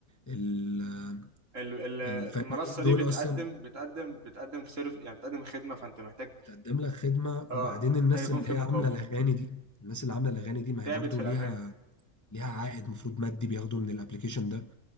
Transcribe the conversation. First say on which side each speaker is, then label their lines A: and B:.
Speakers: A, on the left; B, on the right.
A: ال-
B: ال- ال-
A: الفنانين
B: المنصة
A: دول
B: دي بتقدم
A: اصلا
B: بتقدم بتقدم في سيرف يعني بتقدم خدمة فانت محتاج
A: بتقدم لك خدمه
B: اه
A: وبعدين الناس
B: محتاج يكون
A: اللي
B: في مقابل
A: هي عامله الاغاني دي الناس اللي عامله الاغاني دي ما
B: تعبت
A: هي برضه
B: في الاغاني
A: ليها ليها عائد مفروض مادي بياخده من الابليكيشن ده